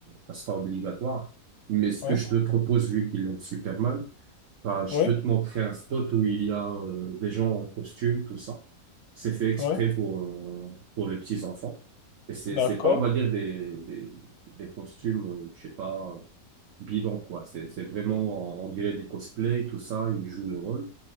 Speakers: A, on the right (about 55°); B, on the left (about 70°).
A: ça sera obligatoire. Mais ce que
B: Oui,
A: je te propose, vu qu'il est Superman, bah, je
B: oui,
A: peux te montrer un spot où il y a euh, des gens en costume, tout ça. C'est fait exprès
B: oui,
A: pour, euh, pour les petits enfants. Et c'est, c'est
B: d'accord.
A: pas, on va dire, des, des, des costumes, euh, je sais pas bidon, quoi. C'est, c'est vraiment, on dirait des cosplays, tout ça, ils jouent le rôle.